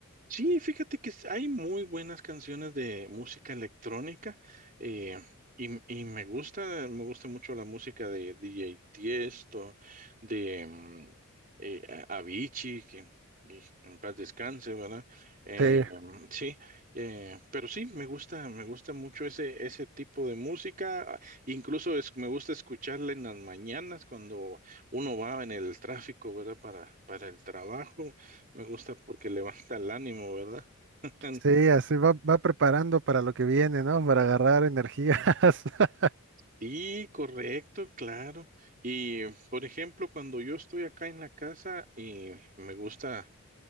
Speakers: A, on the right; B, on the right.
A: Sí, fíjate que s- hay muy buenas canciones de música electrónica eh, y, m- y me gusta, me gusta mucho la música de DJ Tiesto, de mm, eh, a- Avicii, que que en paz descanse, ¿verdad? Eh,
B: Sí.
A: mm, sí, eh, pero sí, me gusta, me gusta mucho ese, ese tipo de música. ah, Incluso es- me gusta escucharla en las mañanas cuando uno va en el tráfico, ¿verdad? Para, para el trabajo. Me gusta porque levanta el ánimo, ¿verdad? <laughs>
B: Sí, así va, va preparando para lo que viene, ¿no? Para agarrar energías. <laughs>
A: Sí, correcto, claro. Y por ejemplo, cuando yo estoy acá en la casa y me gusta,